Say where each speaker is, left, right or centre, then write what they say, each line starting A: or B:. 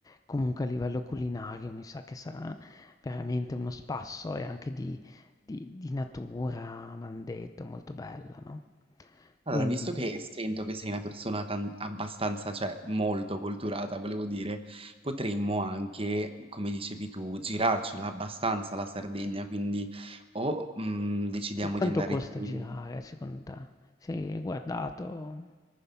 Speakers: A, on the left; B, on the right.
A: comunque a livello culinario mi sa che sarà veramente uno spasso e anche di, di- di natura, mi hanno detto, molto bella, no? Quindi,
B: Allora, visto che sento che sei una persona tan- abbastanza, cioè molto culturata, volevo dire, potremmo anche, come dicevi tu, girarcela abbastanza la Sardegna, quindi o mm, decidiamo
A: e quanto
B: di andare
A: costa
B: tipo
A: girare
B: in
A: secondo te? Sei guardato?